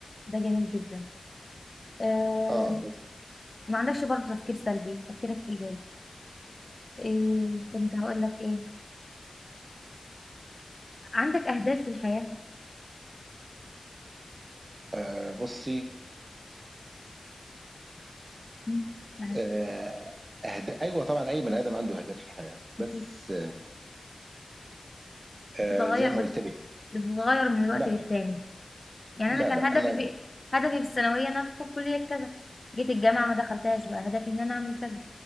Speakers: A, on the left; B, on the right.
A: ده جميل جدا اه
B: اه بس
A: ما عندكش برضه تفكير سلبي تفكيرك ايجابي ايه كنت هقول لك ايه عندك اهداف في الحياة
B: آه بصي
A: مم، يعني
B: آه أهد... ايوه طبعا اي بني ادم عنده اهداف في الحياه بس
A: أكيد
B: آه
A: بتتغير
B: زي ما
A: بت-
B: قلت لك
A: بتتغير من الوقت
B: لا
A: للتاني يعني انا
B: لا
A: كان
B: لا
A: هدفي
B: انا
A: في هدفي في الثانوية ان انا ادخل كلية كذا جيت الجامعة ما دخلتهاش بقى هدفي ان انا اعمل كذا